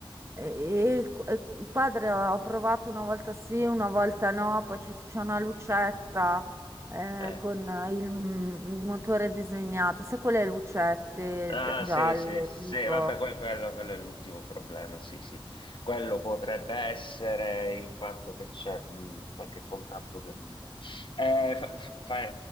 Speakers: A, on the right; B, on the left.
A: E il qu- e il quadro ho provato una volta sì, una volta no, poi ci- c'è una lucetta eh,
B: Eh.
A: con il, mm, il motore disegnato, sai quelle lucette
B: Ah,
A: gia- gialle
B: sì, sì, sì,
A: tipo
B: vabbè, que- quello, quello è l'ultimo problema, sì, sì. Quello potrebbe essere il fatto che c'è mh, qualche contatto che non va. Eh, fa- fa- fai